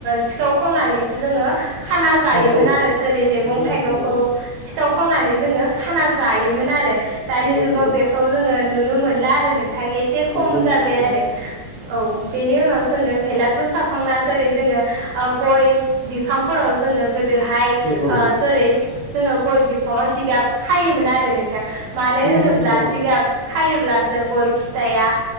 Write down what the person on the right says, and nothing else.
सिखाव खावनानैसो जोङो खाना जायोमोन
आरो जेरै मैगं
थाइगंखौ-
सिखाव खावनानै जोङो खाना जायोमोन आरो दानि
जुगाव
बेखौ जोङो नुनो मोनला आरो नों नोंथां एसे खम
जाबाय
आरो औ बेनि उनावसो जोङो भेेलागुरू सावखांना जेरै जोङो गय बिफांफोराव जोङो गोदोहाय
ओ जेरै जोङो ग'य बिफाङाव जिगाब खायोमोन आरो नोंथां मानो
होनोब्ला
जिगाब खायोब्लासो ग'य फिथाइआ